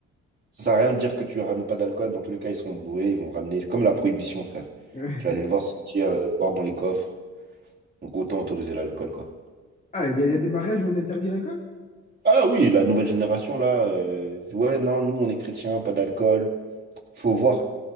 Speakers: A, on the right (about 35°); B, on the left (about 25°).
A: Ça sert à rien de dire que tu ramènes pas d'alcool. Dans tous les cas, ils seront bourrés. Ils vont ramener comme la prohibition, frère.
B: ouais.
A: Tu vas les voir sortir, euh, boire dans les coffres. Donc autant autoriser l'alcool, quoi.
B: Ah, il y, a il y a des mariages où on interdit l'alcool?
A: Ah oui, la nouvelle génération, là. euh, Ouais, non, nous, on est chrétiens, pas d'alcool. Faut voir.